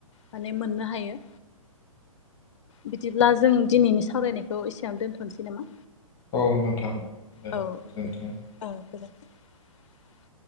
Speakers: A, on the left; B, on the left.
A: माने मोननो हायो बिदिब्ला, आ जों दिनैनि सावरायनायखौ एसेयावनो दोनथ'नोसै नामा?
B: औ नोंथां दे
A: औ
B: गोजोन्थों
A: दे <inaudible>